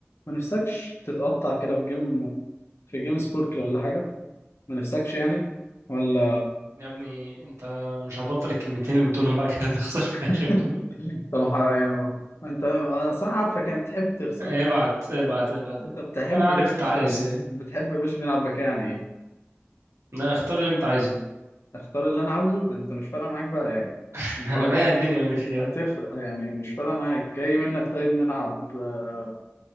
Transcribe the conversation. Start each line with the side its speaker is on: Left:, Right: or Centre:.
Left: ما نفسكش تتقطع كده في جيم في جيم سبوركل ولا حاجة ما نفسكش يعني ولا
Right: يا ابني انت مش هتبطل الكلمتين اللي بتقولهم بقى كده تخسر في الاخر
Left: <laughs>
Right: دول
Left: طب ح- يعني انت انا صح عارفك يعني بتحب تخسر
Right: ابعت ابعت ابعت ابعت
Left: طب تحب
Right: انا
Left: يا
Right: عارف
Left: باشا
Right: انت عايز ايه
Left: بتحب يا باشا نلعب بك يعني ايه
Right: لا اختار اللي انت عايزه
Left: اختار اللي انا عاوزه ده انت مش فارقة معاك بقى يعني
Right: <laughs>
Left: لو
Right: انا
Left: انت
Right: بايع الدنيا باللي فيها
Left: هتخ يعني مش فارقة معاك جاي منك طيب نلعب آه،